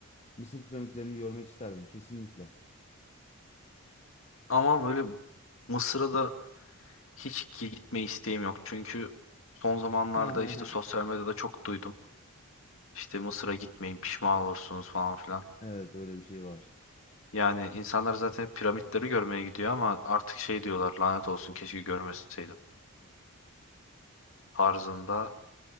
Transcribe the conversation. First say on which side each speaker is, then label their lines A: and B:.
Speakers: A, on the left; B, on the left.
A: Mısır piramitlerini görmek isterdim kesinlikle.
B: Ama böyle Mısır'a da hiç gi- gitme isteğim yok. Çünkü son zamanlarda
A: <laughs>
B: işte sosyal medyada çok duydum. İşte Mısır'a gitmeyin pişman olursunuz falan filan.
A: Evet öyle bir şey var.
B: Yani insanlar zaten hep piramitleri görmeye gidiyor ama artık şey diyorlar lanet olsun keşke görmeseydim. Tarzında